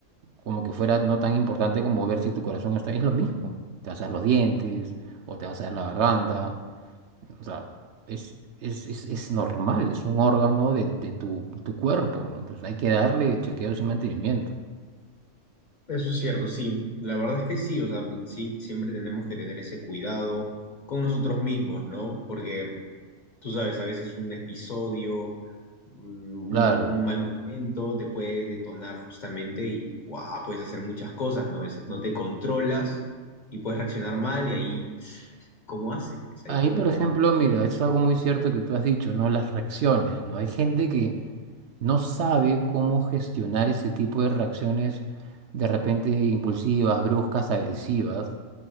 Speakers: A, on the right (about 65°); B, on the left (about 40°).
A: como que fuera no tan importante como ver si tu corazón está bien, es lo mismo, te vas a dar los dientes o te vas a dar la garganta, o sea, es, es, es, es normal, es un órgano de, de tu, tu cuerpo, ¿no? Entonces hay que darle chequeos y mantenimiento.
B: Eso es cierto, sí, la verdad es que sí, o sea, sí, siempre tenemos que tener ese cuidado con nosotros mismos, ¿no? Porque Tú sabes, a veces un episodio, mm, un,
A: Claro.
B: un mal momento te puede detonar justamente y ¡guau! puedes hacer muchas cosas, ¿no? A veces no te controlas y puedes reaccionar mal y ahí, ¿cómo haces? Pues ahí
A: Ahí,
B: como,
A: por ejemplo, mira, esto es algo muy cierto que tú has dicho, ¿no? Las reacciones, ¿no? Hay gente que no sabe cómo gestionar ese tipo de reacciones de repente impulsivas, bruscas, agresivas.